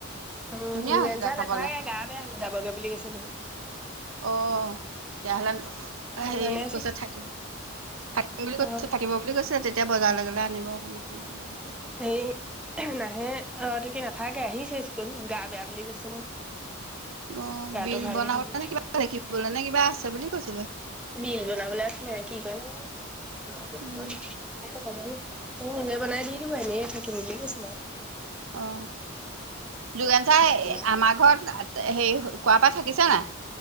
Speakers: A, in the centre; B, on the right.
A: উম,
B: ধুনীয়া
A: যোগেন
B: হৈছিলে
A: ছাৰ
B: খাবলে।
A: নাথাকে গা বেয়া যাবগে বুলি কৈছে নহয়
B: অ তেতিয়াহলে সেয়ি
A: নানে
B: কৈছে
A: চাগে
B: থাকিম। থাকিম বুলি কৈছ
A: অ',
B: থাকিব বুলি কৈছে তেত- এতিয়া বজাৰলে গলে আনিব অকণমান অকমান <unintelligible>
A: হেই নাহে অ ত কি নাথাকে আহিছে স্কুল গা বেয়া বুলি কৈছে মোক।
B: অ
A: গাটো
B: বিল
A: ভাল
B: বনাব
A: নহয়
B: নে কিবা লেখিব নে- বেয়া আছে বুলি কৈছিলে।
A: বিল বনাবলে আছিলে কি কৰে। <unintelligible> <unintelligible>
B: উম
A: তুমি নিজে বনাই দি দিব এনেই থাকিম বুলিয়ে কৈছিলা।
B: অ যুগেন চাৰে
A: স্কুলত।
B: আমাৰ ঘৰত- হেৰি কোৱাৰ পৰা থাকিছে নাই।